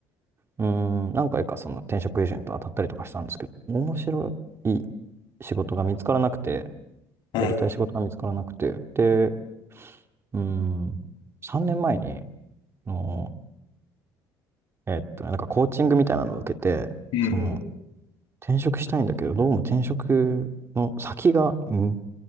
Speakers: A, on the right; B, on the left.
A: うーん、何回かその転職エージェント当たったりとかしたんですけど、面白い仕事が見つからなくて、
B: うん。
A: やりたい仕事が見つからなくて、で、うーん、3年前に、あの、えっと、なんかコーチングみたいなのを受けて、
B: うん。
A: その、
B: うんうん。
A: 転職したいんだけど、どうも転職の先が、うん、